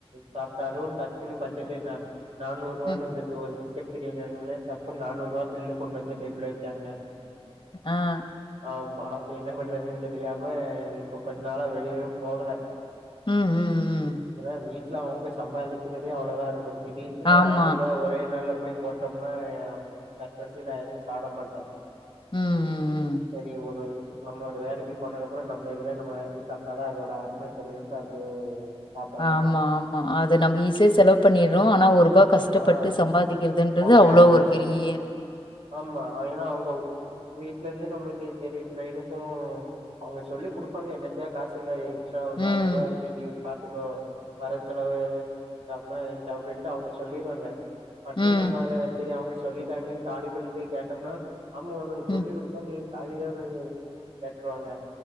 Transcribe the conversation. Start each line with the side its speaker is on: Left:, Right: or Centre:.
Right: சாப்ட்டாலு டக்குன்னு பட்ஜட்டே தான் நானூறு ரூவான்னு
Left: ம்
Right: வந்துட்டு ஒரு சிக்கன் பிரியாணி வாங்களே தப்புண்ணு நானூறு ரூபா பில்லு கொண்டு வந்து டேபிள்ள வச்சாங்க
Left: ஆஹ்
Right: ஆமா இப்ப என்ன பண்றதுன் தெரியாம இப்ப கொஞ்ச நாளா வெளியவே போகல
Left: ம் ம் ம்
Right: ஏன்னா வீட்ல அவங்க சம்பாதிக்கிறதே அவ்வளதா இருக்கு திடிர்ன்ட்டு நா
Left: ஆமா
Right: நானூறு ரூவா ஒரே நாள்ல போய் போட்டம்னா கஷ்டோ ஒண்டி நா எதுவு சாப்ட மாட்டே
Left: ம் ம் ம்
Right: செரி ஒரு நம்ம ஒரு வேலைக்கி போனதுக்கப்றோ நம்ம இதுல நம்ம வாங்கி சாப்டாதா அதோட அரும தெரியுன்ட்டு அப்டியே சாப்டாம
Left: ஆமா
Right: இருக்கே
Left: ஆமா அது நம்ம ஈஸியா செலவு பண்ணிர்றோ ஆனா ஒரு ரூபா கஷ்டப்பட்டு
Right: ஆ
Left: சம்பாதிக்கிறதுன்றது
Right: அவங்க
Left: அவ்ளோ ஒரு
Right: சரி
Left: பெரிய
Right: ஆமா அது ஏன்னா உங்க உ வீட்ல இருந்து நம்மளுக்கு செரி ட்ரெயினுக்கு அவங்க சொல்லி குடுப்பாங்க என்னத்தையா காசு இருந்தா எக்சா ஒரு நானூறு
Left: ம்
Right: ரூவா இருக்கு நீ பாத்துக்கோ வர செலவு எது வேற எதுவு சாப்டனுன்னா வாங்கி சாப்டுன்ட்டு அவங்க சொல்லிருவாங்க பட்டு
Left: ம்
Right: நம்ம அத சரி அவுங்க சொல்லிட்டாங்கன்னு காலி பண்ணிட்டு கேட்டம்னா ஆமா ஒனக்கு
Left: ம்
Right: சொல்லி குடுத்தா நீ காலிதா பண்ணிருவியா கேட்ருவாங்க